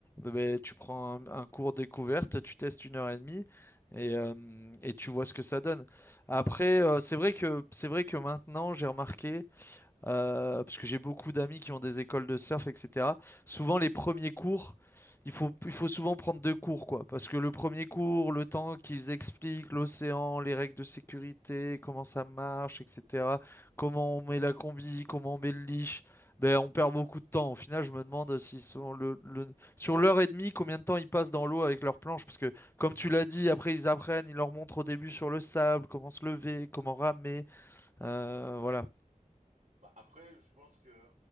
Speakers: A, on the left; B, on the right.
A: eh ben, tu prends un, un cours découverte, tu testes une heure et demie et, euh, et tu vois ce que ça donne. Après, euh, c'est vrai que, c'est vrai que maintenant, j'ai remarqué euh, parce que j'ai beaucoup d'amis qui ont des écoles de surf, etc. Souvent, les
B: Oui.
A: premiers cours, il faut, il faut souvent prendre deux cours, quoi. Parce que le premier cours, le temps qu'ils expliquent l'océan, les règles de sécurité, comment ça marche, etc. Comment on met la combi, comment on met le leash, ben, on perd beaucoup de temps. Au final, je me demande s'ils sont le, le- sur l'heure et demie, combien de temps ils passent dans l'eau avec leur planche. Parce que, comme tu l'as dit, après, ils apprennent, ils leur montrent au début sur le sable, comment se lever, comment ramer. euh, voilà.
B: Bah, après, je pense que